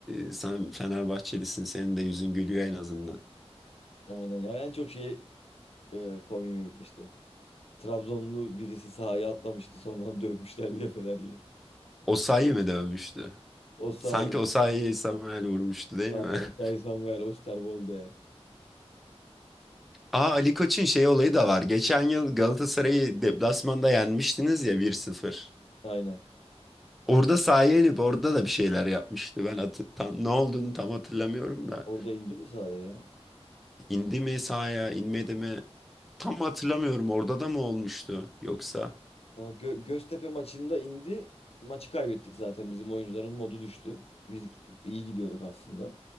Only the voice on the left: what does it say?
Aynen yani en çok şeye e, komiğime gitmişti. Trabzonlu birisi sahaya atlamıştı sonra onu dövmüşler <laughs> diye Fenerli.
Osayi,
aynen
Osayi
Samuel Osterwolde.
Aynen.
Orada indi mi sahaya ya?
Oha, Gö- Göztepe maçında indi. Maçı kaybettik zaten. Bizim oyuncuların modu düştü. Biz iyi gidiyorduk aslında.